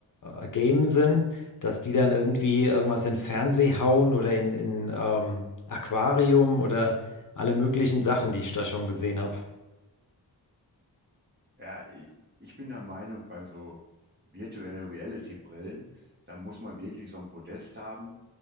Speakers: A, on the left; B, on the right.
A: äh, Gamen sind, dass die dann irgendwie irgendwas in Fernseh hauen oder in, in ähm, Aquarium oder alle möglichen Sachen, die ich da schon gesehen habe.
B: Ja, i- ich bin der Meinung, bei so Virtual Reality Brillen, da muss man wirklich so ein Podest haben,